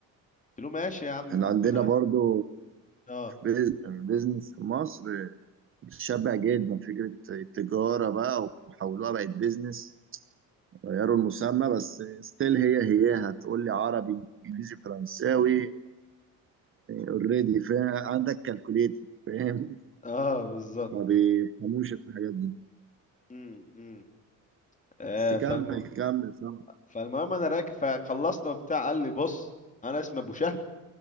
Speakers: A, on the left; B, on the right.
A: قلت له ماشي يا عم
B: احنا
A: ربنا
B: عندنا برضو
A: اه
B: بيز- بيزنس في مصر شبع جدا فكرة التجارة بقى وحولوها بقت بيزنس غيروا المسمى بس ستيل هي هي هتقول لي عربي انجليزي فرنساوي اوريدي عندك كالكوليتر فاهم
A: اه بالظبط
B: ما بيفهموش الحاجات دي
A: امم آه،
B: بس كمل
A: فالم...
B: كمل سامع
A: فالمهم انا راكب فخلصنا وبتاع قال لي بص انا اسمي ابو شهد